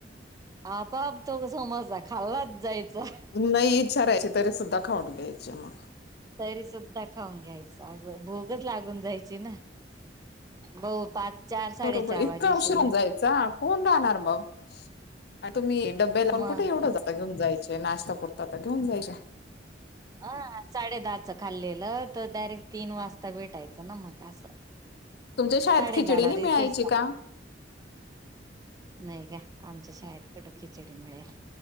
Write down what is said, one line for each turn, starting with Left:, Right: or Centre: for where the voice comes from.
Right: आपाआप तो समोसा खाल्लाच जायचा.
Left: नबाई विचारायची तरीसुद्धा खाऊन घ्यायचे मग.
Right: तरी सुुद्धा खाऊन घ्यायच असं भूकच लागून जायची ना बऊ पाच चार साडेचार
Left: बरोबर इतकां
Right: वाजेशी
Left: उशीर
Right: व्हायचं
Left: होऊन जायचा? कोण राहणार म आणि तुम्ही डब्बे लाऊन
Right: मग
Left: कुठे एवढं जा चे घेऊन जायचे नाश्ता पुरता तर घेऊन जायचे
Right: हा साडे दहाच खाल्लेलं तर डायरेक्ट तीन वाजता भेटायचं ना म असं
Left: तुमच्या शाळेत
Right: साडे
Left: खिचडी
Right: दहाला
Left: नाही मिळायची
Right: रिसेस ला
Left: का?
Right: नाही का आमच्या शाळेत कुठं खिचडी मिळेल.